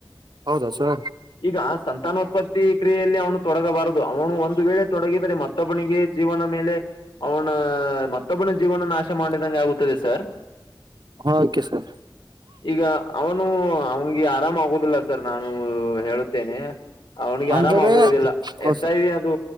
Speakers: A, on the right (about 60°); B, on the left (about 75°).
A: ಹೌದಾ ಸುರ
B: ಈಗ ಸಂತಾನೋತ್ಪತ್ತಿ ಕ್ರಿಯೆಯಲ್ಲಿ ಅವನು ತೊಡಗಬಾರದು ಅವನು ಒಂದು ವೇಳೆ ತೊಡಗಿದರೆ ಮತ್ತೊಬ್ಬನಿಗೆ ಜೀವನ ಮೇಲೆ ಅವನ ಮತ್ತೊಬ್ಬನ ಜೀವನ ನಾಶ ಮಾಡಿದ ಸರ್
A: ಓಕೆ ಸರ್
B: ಈಗ ಅವನು ಅವನ್ಿಗೆ ಆರಾಮ ಆಗೋುದಿಲ್ಲ ಸರ್ ನಾನು ಹೇಳುತ್ತೇನೆ ಅವನಿಗೆ
A: ಅಂದರೆ
B: ಆರಾಮಾಗುವುದಿಲ್ಲ
A: ಹೌ
B: ಎಚ್
A: ಸರ್
B: ಐ ವಿ ಅದು